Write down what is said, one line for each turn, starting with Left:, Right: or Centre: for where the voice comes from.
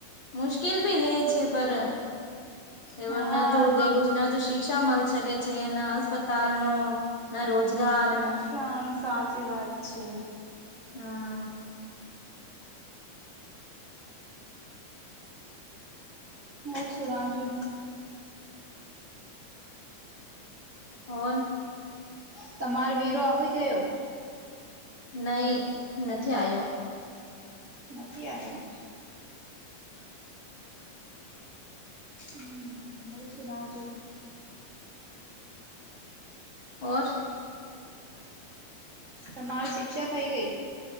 Left: મુશ્કેલ ભી હે છે. પર એવુ
Right: હા
Left: ન તો દરરોજ ન તો શી શિક્ષા મલ શકે છે. ના અસ્પતાલ નો ના રોજગાર.
Right: શિક્ષણ સાચી વાત છે.
Left: હા.
Right: હોર સુણા જો <unintelligible>
Left: <unintelligible>
Right: તમાર વીરો આવી ગયો.
Left: નહી નથી આયો.
Right: નથી આવ્યો. હમ હું સુનાજું <unintelligible>
Left: ઓર
Right: તમારી શિક્ષા થઈ ગઈ.